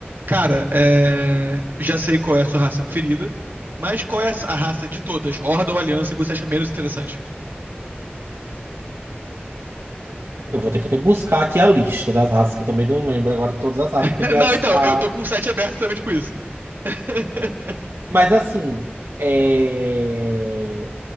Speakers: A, on the right (about 60°); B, on the right (about 85°).
A: Cara, é, já sei qual é a sua raça preferida, mas qual é a raça de todas, Horda ou Aliança, que você acha menos interessante?
B: Eu vou ter que até buscar aqui a lista das raças, que eu também não lembro agora todas as raças,
A: <laughs>
B: porque tem
A: Não,
B: as.
A: então,
B: A...
A: eu tô com o site aberto também, por isso. <laughs>
B: Mas assim, é,